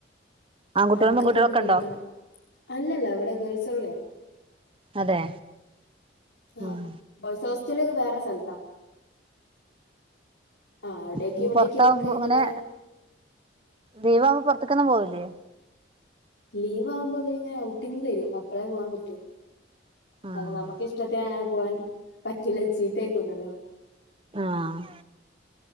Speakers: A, on the right; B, on the left.
A: ആൺകുട്ടികളും
B: അവക്ക്
A: പെൺകുട്ടികളും
B: കൊണ്ട്
A: ഒക്കെ
B: കൊടുക്കണം
A: ഉണ്ടോ
B: അല്ലല്ല അവിടെ ഗേൾസ് ഒൺലിയാ
A: അതെ
B: ആ
A: ഉം
B: ബോയ്സ് ഹോസ്റ്റല് വേറെ സ്ഥലത്താ ആഹ് അവിടേക്കും
A: അപ്പൊ
B: ഇവിടേക്കും
A: പോറത്തോവുമ്പോ
B: ഒക്കെ ഇങ്ങനെ
A: അങ്ങനെ ലീവാകുമ്പോ പോ ത്തേക്കൊന്നും പോവില്ലേ
B: ലീവ് ആവുമ്പോ അവരിങ്ങനെ ഔട്ടിങ്ങ് തരും അപ്പളേ പോവാൻ പറ്റൂ
A: ആഹ്
B: അത് നമുക്ക് ഇഷ്ടത്തിനങ്ങനെ പൂവാൻ പറ്റൂല്ല ചീത്തേക്കും നല്ലോണം
A: ആഹ്